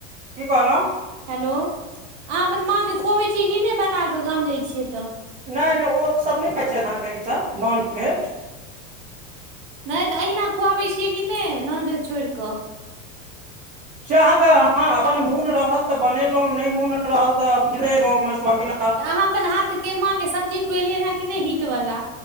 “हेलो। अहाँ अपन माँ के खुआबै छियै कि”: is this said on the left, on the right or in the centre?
Right